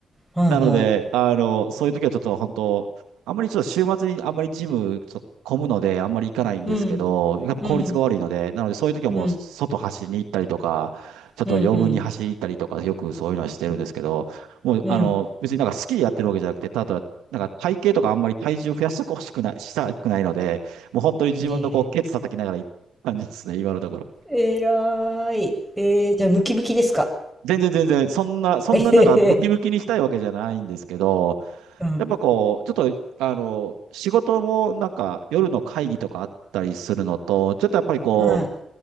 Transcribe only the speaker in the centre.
はいはい。
うん。
うん。
うん。
うん。うん。
うん。
ね
え。えらい。えー、じゃあムキムキですか。
えへへ。うん。
はい。